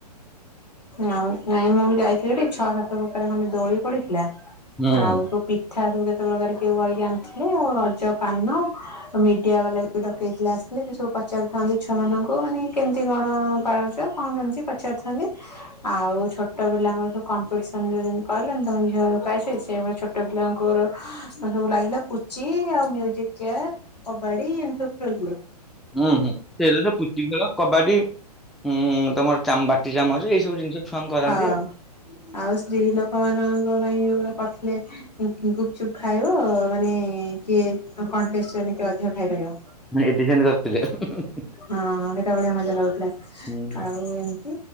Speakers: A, on the left (about 80°); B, in the centre.
A: ଆଉ ମାଇଁ ମାମୁଁ ଯାଇଥିଲିଟି ଛଅ ସାତ ପ୍ରକାର ଖଣ୍ଡେ ଦୋଳି ପଡିଥିଲା।
B: ହୁଁ
A: ଆଉ ସବୁ ପି <unintelligible> <inaudible> ସବୁ କେତେ ପ୍ରକାର କିଏ କରିକି ଆଣିଥିଲେ ଆଉ ରଜ ପାନ ମିଡିଆ ବାଲା ବି ଡକେଇଥିଲେ ଆସିଥିଲେ ସେ ସବୁ ପଚାରୁିଥାନ୍ତି ଛୁଆମାନଙ୍କୁ ମାନେ କେମିତି କଣ ପାଳ କେମିତି ପଚାରାରୁିଥାନ୍ତି। ଆଉ ଛୋଟ ଛୋଟ ପିଲାଙ୍କ ସବୁ କମ୍ପିଟିସନ <unintelligible> କହିଲି ତ ଝିଅ ପିଲା ଛୋଟ ପିଲାଙ୍କର ସବୁ ଲାଗିଲା ପୁଚି ଆଉ ମ୍ୟୁଜିକ ଚେୟାର କବାଡ଼ି ଏମିତି ସବୁ ଖେଳିଲେ।
B: ହୁଁ ହୁଁ ସେଇତ ସେ ପୁଚି ଖେଳ କବାଡି ଉଁ ଉଁ। ତମର ଚା ବାଟି ଚାମଚ ଏଇ ସବୁ ଜିନିଷ। ଛୁଆଙ୍କୁ କରାନ୍ତି
A: ହଁ
B: ଆଉ।
A: ଆଉ ସ୍ତ୍ରୀ ଲୋକ ଲୋକମାନଙ୍କ ପାଇଁ କରିଥିଲେ ଗୁପ ଚୁପ୍ ଖାଇବ ମାନେ କିଏ କଣ୍ଟେଷ୍ଟ କିଏ ଅଧିକ ଖାଇପାରିବ।
B: ଆଠିସେମିତି କରିଥିଲେ।
A: ହଁ ହଁ ସେଟା ବଢଆ ମଜା ଲାଗୁଥିଲା।
B: ହୁଁ
A: ଆଉ ଏମତି